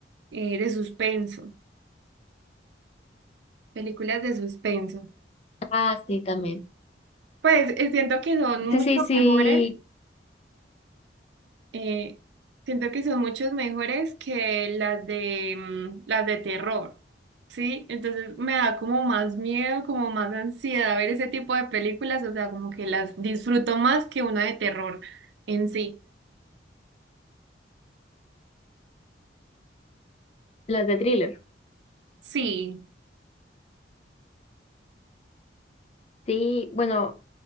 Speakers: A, on the right; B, on the left.
A: eh, de suspenso, películas de suspenso.
B: Ah, sí, también.
A: Pues eh, siento que son mucho
B: Sí, sí, sí,
A: mejores. Eh, siento que son muchos mejores que las de mm, las de terror, ¿sí? Entonces me da como más miedo, como más ansiedad ver ese tipo de películas, o sea, como que las disfruto más que una de terror en sí.
B: las de thriller.
A: Sí.
B: Sí, bueno,